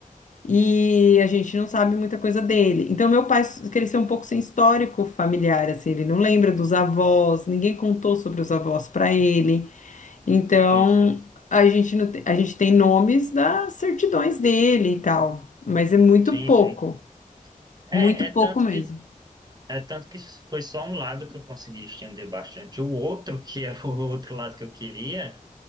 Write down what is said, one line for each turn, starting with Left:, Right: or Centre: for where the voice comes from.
Left: e a gente não sabe muita coisa dele. Então, meu pai cresceu um pouco sem histórico familiar, assim, ele não lembra dos avós, ninguém contou sobre os avós para ele. Então,
Right: sim, sim,
Left: a gente, não tem, a gente tem nomes das certidões dele e tal, mas é muito
Right: sim,
Left: pouco,
Right: sim. É,
Left: muito
Right: é
Left: pouco
Right: tanto
Left: mesmo.
Right: que é tanto que foi só um lado que eu consegui estender bastante. O outro, que é o outro lado que eu queria